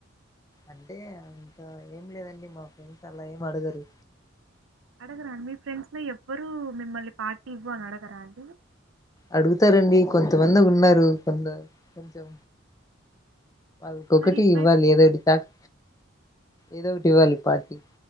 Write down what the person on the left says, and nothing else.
అంటే ఇంక ఏం లేదండి మా ఫ్రెండ్స్ అలా ఏం అడగరు
అడుగుతారండి కొంతమంది ఉన్నారు కొందరు కొంచెం ఒక్కొక్కటి
ఇవ్వాలి ఏదో ఒకటి కాదు ఏదో ఒకటి ఇవ్వాలి పార్టీ